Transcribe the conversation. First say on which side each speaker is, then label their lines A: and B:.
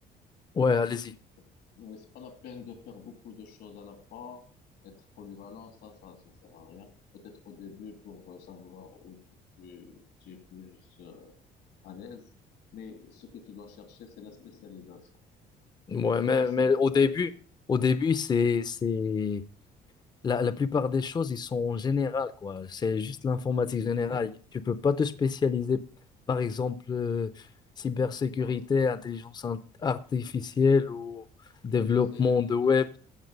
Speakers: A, on the left; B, on the left.
A: Ouais, allez-y.
B: c'est c'est pas la peine de faire beaucoup de choses à la fois. Être polyvalent, ça, ça, ça sert à rien. Peut-être au début pour euh, savoir où tu, tu es plus euh, à l'aise, mais ce que tu dois chercher, c'est la spécialisation.
A: Ouais,
B: Faut se
A: mais,
B: spécialiser
A: mais au début,
B: dans
A: au début, c'est, c'est, La, la plupart des choses, ils sont générales, quoi. C'est juste l'informatique générale. Tu peux pas te spécialiser, par exemple, euh, cybersécurité,
B: quelque sorte.
A: intelligence int- artificielle ou développement
B: Tu sais, tout
A: de
B: ça,
A: web.